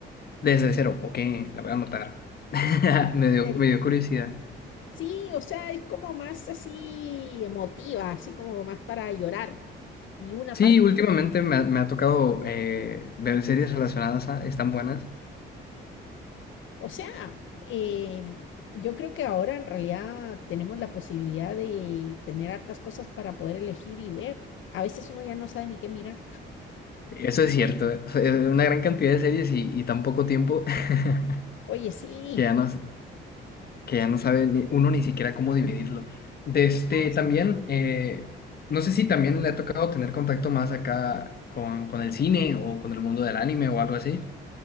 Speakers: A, on the left; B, on the left.
A: Desde cero, ok, la voy a anotar. <laughs>
B: Es una
A: Me dio,
B: serie.
A: me dio curiosidad.
B: Sí, o sea, es como más así emotiva, así como más para llorar. Y una
A: Sí,
B: parte,
A: últimamente me ha, me ha tocado eh, ver series relacionadas a, están buenas.
B: o sea, eh, yo creo que ahora en realidad tenemos la posibilidad de tener hartas cosas para poder elegir y ver. A veces uno ya no sabe ni qué mirar.
A: Eso es cierto, eh. O sea, es una gran cantidad de series y, y tan poco tiempo <laughs>
B: Oye, sí.
A: que ya no, que ya no sabe ni- uno ni siquiera cómo dividirlo. De este
B: Vamos.
A: también, eh, no sé si también le ha tocado tener contacto más acá con, con el cine o con el mundo del anime o algo así.